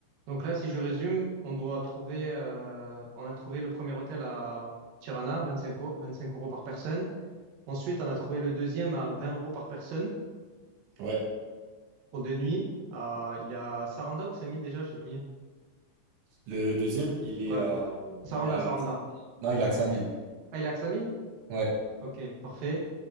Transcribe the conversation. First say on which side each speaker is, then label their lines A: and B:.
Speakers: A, on the right (about 60°); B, on the right (about 85°).
A: Donc là, si je résume, on doit trouver, euh, on a trouvé le premier hôtel à Tirana, 25, euros 25 euros par personne. Ensuite, on a trouvé le deuxième à 20 euros par personne
B: Ouais.
A: pour deux nuits. Euh, il a Saranda ou Xamil déjà, j'ai oublié.
B: Le deuxième, il est
A: Ouais,
B: à...
A: Saranda,
B: Il est à...
A: Saranda.
B: Non, il a que 5000.
A: Ah, il a Xamil?
B: Ouais.
A: Ok, parfait.